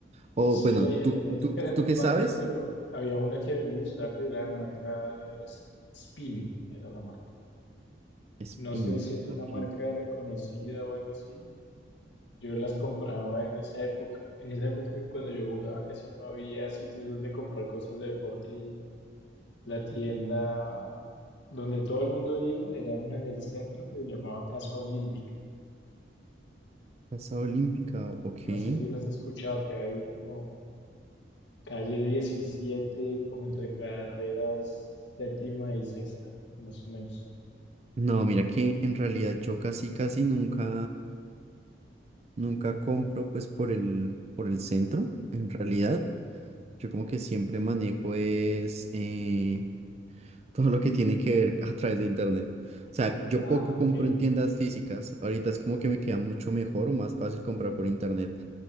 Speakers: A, on the right; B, on the left.
A: O
B: Sí,
A: bueno,
B: hay,
A: ¿tú,
B: hay- hay diferentes
A: tú, tú qué
B: marcas,
A: sabes?
B: pero había una que a mí me gustaba que era de marca, era Spin, era la marca.
A: Spin,
B: No sé si es una
A: ok.
B: marca reconocida o algo así, Yo las compraba en esa época. En esa época cuando yo jugaba casi no había sitios donde comprar cosas de deporte y la tienda donde todo el mundo iba era una en el centro que se llamaba Casa Olímpica.
A: Casa olímpica, ok.
B: No sé si las has escuchado, que hay como calle 17, como entre carreras séptima y sexta, más o menos.
A: No, mira que en realidad yo casi, casi nunca... Nunca compro pues por el, por el centro, en realidad. Yo como que siempre manejo es eh, <laughs> todo lo que tiene que ver a través de internet. O sea, yo
B: Ah,
A: poco
B: ok.
A: compro en tiendas físicas. Ahorita es como que me queda mucho mejor o más fácil comprar por internet.